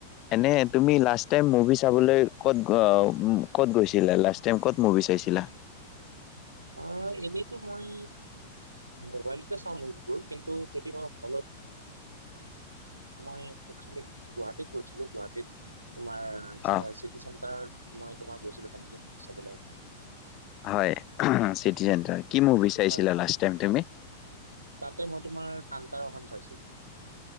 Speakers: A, on the left; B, on the right.
A: এনে তুমি লাষ্ট টাইম মুভি চাবলৈ ক'ত ক'ত গৈছিলা লাষ্ট টাইম ক'ত মুভি চাইছিলা
B: অ এনেইতো মই মোবাইলতে চাওঁ মুভিবোৰ কিন্তু যদি মই হলত মই <unintelligible> একচুৱেলী গুৱাহাটীত গৈছিলো গুৱাহাটীত তোমাৰ
A: অ
B: চিটি চেণ্টাৰত মই এক বাৰ গৈছিলো তেনেকে মুভি চাবলৈ এখন।
A: হয়। City centre. কি মুভিা ছাইছিলা
B: অ
A: লাস্ট টাইম তুমি?
B: তাতে মই তোমাৰ তাকদাৰখন চাইছিলোঁ।